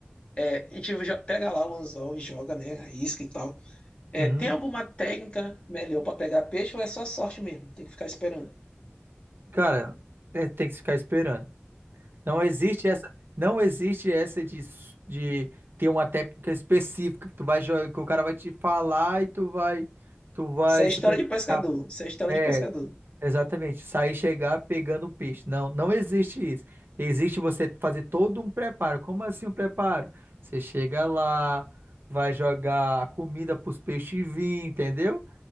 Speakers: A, on the left; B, on the right.
A: É, a gente já pega lá o anzol e joga, né? A isca e tal. É,
B: Uhum.
A: tem alguma técnica melhor para pegar peixe ou é só sorte mesmo? Tem que ficar esperando.
B: Cara, é, tem que ficar esperando. Não existe essa, não existe essa de, s- de ter uma técnica específica que tu vai jogar, que o cara vai te falar e tu vai, tu vai
A: Isso é história
B: simplesmente.
A: de pescador. Isso é história
B: É,
A: de pescador.
B: exatamente. Sair e chegar pegando o peixe. Não, não existe isso. Existe você fazer todo um preparo. Como assim um preparo? Você chega lá, vai jogar a comida para os peixes vir, entendeu?